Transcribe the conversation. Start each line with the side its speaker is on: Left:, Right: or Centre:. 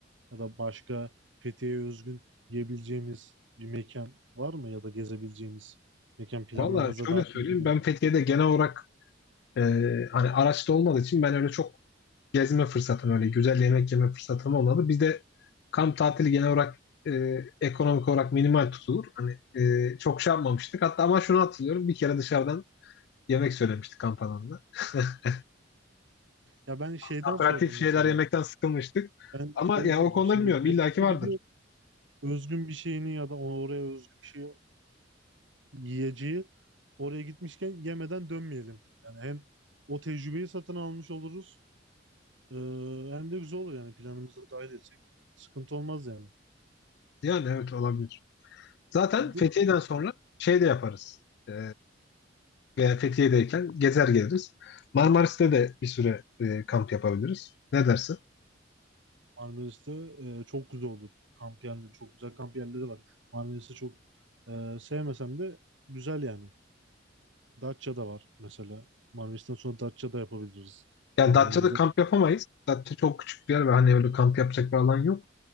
Right: Ya da başka Fethiye'ye özgün yiyebileceğimiz bir mekan var mı? Ya da gezebileceğimiz mekan planlarımıza
Left: Valla şöyle
Right: dahil
Left: söyleyeyim
Right: edebiliriz.
Left: ben Fethiye'de genel olarak e, hani araçta olmadığı için ben öyle çok gezme fırsatım öyle güzel yemek yeme fırsatım olmadı. Bir de kamp tatili genel olarak e, ekonomik olarak minimal tutulur. Hani e, çok şey yapmamıştık. Hatta ama şunu hatırlıyorum. Bir kere dışarıdan yemek söylemiştik kamp alanında. <laughs>
Right: Ya ben şeyden
Left: Aperatif
Right: sordum mesela.
Left: şeyler yemekten sıkılmıştık.
Right: Ben
Left: Ama
Right: şeye
Left: yani
Right: sordum.
Left: o konuda
Right: Şimdi
Left: bilmiyorum.
Right: Fethiye'ye
Left: İlla ki vardır.
Right: gidiyor. Özgün bir şeyini ya da oraya özgü bir şey yiyeceği oraya gitmişken yemeden dönmeyelim. Yani hem o tecrübeyi satın almış oluruz e, hem de güzel olur yani planımıza dahil etsek sıkıntı olmaz yani.
Left: Yani evet olabilir. Zaten
Right: Bir de
Left: Fethiye'den sonra şey de yaparız. E, veya Fethiye'deyken gezer geliriz. Marmaris'te de bir süre e, kamp yapabiliriz. Ne dersin?
Right: Marmaris'te e, çok güzel olur. Kamp yerleri çok güzel kamp yerleri var. Marmaris'i çok e, sevmesem de güzel yani. Datça'da var mesela. Marmaris'ten sonra Datça'da yapabiliriz planlarımızı.
Left: Yani Datça'da kamp yapamayız. Datça çok küçük bir yer ve hani öyle kamp yapacak bir alan yok.